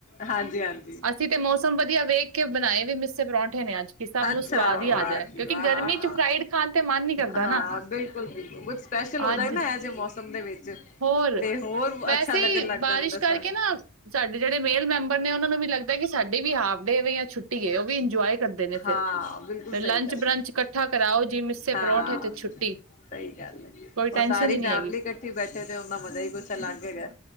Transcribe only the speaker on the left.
ਹਾਂਜੀ- ਹਾਂਜੀ।
ਅੱਛਾ।
ਵਾਹ!
ਹਾਂ।
ਬਿਲਕੁਲ- ਬਿਲਕੁਲ ਕੁਛ ਸਪੇਸ਼ਲ ਹੋ ਜਾਏ
ਨਾ। ਜਹੇ ਮੌਸਮ ਦੇ ਵਿੱਚ
ਤੇ ਹੋਰ
ਅੱਛਾ ਲੱਗਣ ਲੱਗ
ਜਾਂਦਾ
ਸ
ਹਾਂ ਬਿਲਕੁਲ ਸਹੀ
ਗੱਲ
ਹੈ।
ਹਾਂ
ਸਹੀ ਗੱਲ ਹੈ,
ਅੱਰ ਸਾਰੀ
ਫੈਮਲੀ ਇਕਠੀ ਬੈਠੇ ਤੇ, ਉਹਦਾ ਮਜ਼ਾ ਹੀ,
ਕੁੱਛ ਅਲਗ ਹੈਗਾ।